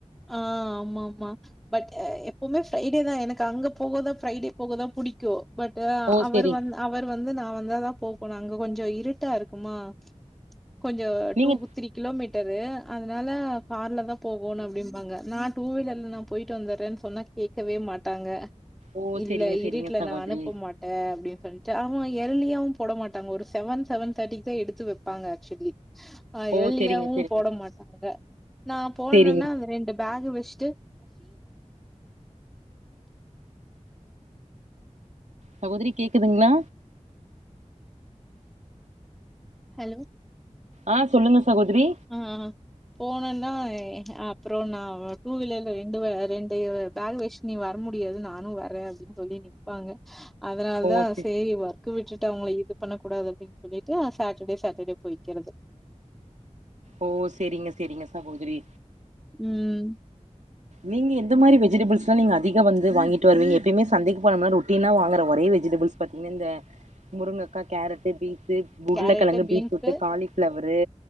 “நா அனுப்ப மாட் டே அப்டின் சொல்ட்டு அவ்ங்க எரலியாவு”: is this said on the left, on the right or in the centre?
Centre